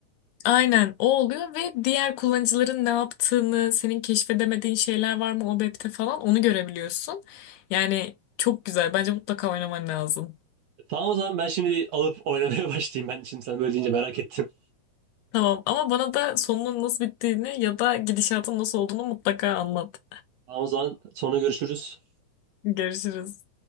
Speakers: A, on the left (about 80°); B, on the right (about 70°).
A: Aynen o oluyor ve diğer kullanıcıların ne yaptığını, senin keşfedemediğin şeyler var mı o map'te falan onu görebiliyorsun. Yani çok güzel. Bence mutlaka oynaman lazım.
B: Tamam o zaman ben şimdi alıp oynamaya <laughs> başlayayım. Ben şimdi sen böyle deyince merak ettim.
A: Tamam ama bana da sonunun nasıl bittiğini ya da gidişatın nasıl olduğunu mutlaka anlat.
B: Tamam o zaman sonra görüşürüz.
A: <laughs> Görüşürüz.